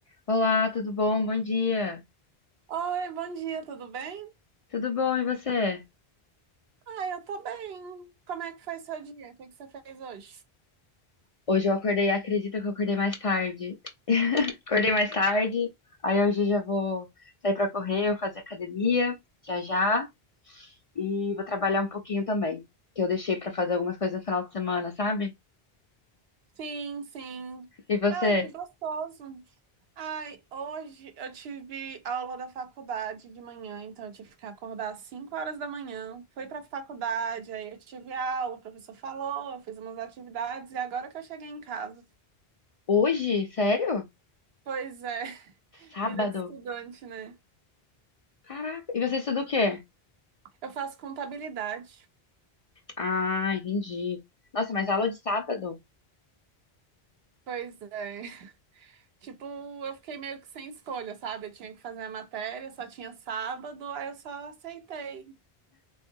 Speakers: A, on the left (about 45°); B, on the right (about 75°).
A: Olá, tudo bom? Bom dia.
B: Oi, bom dia, tudo bem?
A: Tudo bom, e você?
B: Ah, eu tô bem. Como é que foi seu dia? O que que você fez hoje?
A: Hoje eu acordei, acredita que eu acordei mais tarde. Acordei mais tarde, aí hoje eu já vou sair pra correr, eu fazer academia, já já, e vou trabalhar um pouquinho também, que eu deixei pra fazer algumas coisas no final de semana, sabe?
B: Sim, sim.
A: E você?
B: Ai, que gostoso. Ai, hoje eu tive aula da faculdade de manhã, então eu tive que acordar às 5 horas da manhã. Fui pra faculdade, aí eu tive aula, o professor falou, eu fiz umas atividades e agora que eu cheguei em casa.
A: Hoje? Sério?
B: Pois é, <laughs>
A: Sábado?
B: vida de estudante, né?
A: Caraca, e você estuda o quê?
B: Eu faço contabilidade.
A: Ah, entendi. Nossa, mas aula de sábado?
B: Pois é. Tipo, eu fiquei meio que sem escolha, sabe? Eu tinha que fazer a matéria, só tinha sábado, aí eu só aceitei.